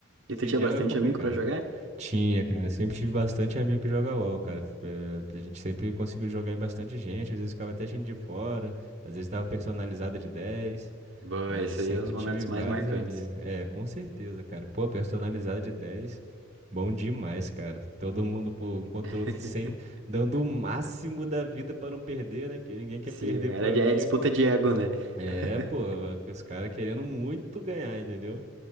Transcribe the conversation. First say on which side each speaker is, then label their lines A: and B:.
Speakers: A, on the right (about 70°); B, on the right (about 35°).
A: E
B: Ser
A: tu tinha
B: jungle
A: bastante
B: é complicado.
A: amigo pra jogar?
B: Tinha, cara. Eu sempre tive bastante amigo que joga LOL, cara. eh, A gente sempre conseguiu jogar em bastante gente. Às vezes ficava até gente de fora. Às vezes dava personalizada de dez
A: Boa,
B: Mas
A: esse
B: sempre
A: aí é um dos momentos
B: tive vários
A: mais marcantes.
B: amigos. É, com certeza, cara. Pô, personalizada de dez Bom demais, cara. Todo mundo, pô, um contra
A: <laughs>
B: o outro sem, dando o máximo da vida pra não perder, né? Que ninguém quer
A: Sim,
B: perder
A: era
B: pro
A: de-
B: amigo.
A: é disputa de ego, né?
B: É,
A: <laughs>
B: pô, os caras querendo muito ganhar, entendeu?